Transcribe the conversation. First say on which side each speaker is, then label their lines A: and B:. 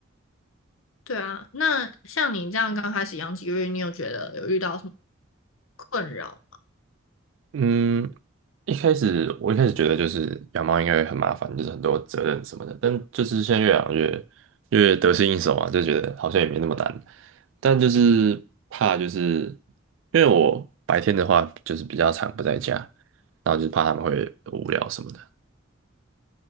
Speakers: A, on the left; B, on the right.
A: 对啊，那像你这样刚开始养几个月，你有觉得有遇到什么困扰吗
B: 嗯，一开始我一开始觉得就是养猫应该会很麻烦，就是很多责任什么的，但就是现在越养越越得心应手嘛，就觉得好像也没那么难。但就是怕就是因为我白天的话就是比较常不在家，然后就是怕他们会无聊什么的。